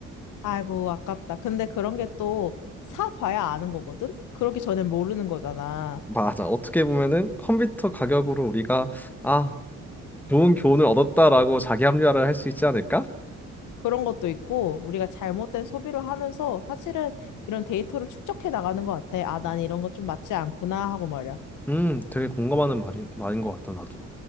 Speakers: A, on the left (about 80°); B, in the centre.
A: 아이고, 아깝다. 근데 그런 게 또 사봐야 아는 거거든? 그러기 전엔 모르는 거잖아.
B: 맞아. 어떻게 보면은 컴퓨터 가격으로 우리가 아, 좋은 교훈을 얻었다라고 자기 합리화를 할 수 있지 않을까?
A: 그런 것도 있고, 우리가 잘못된 소비를 하면서 사실은 이런 데이터를 축적해 나가는 것 같아. 아, 난 이런 거 좀 맞지 않구나 하고 말이야.
B: 음, 되게 공감하는 말인, 말인 것 같다, 나도.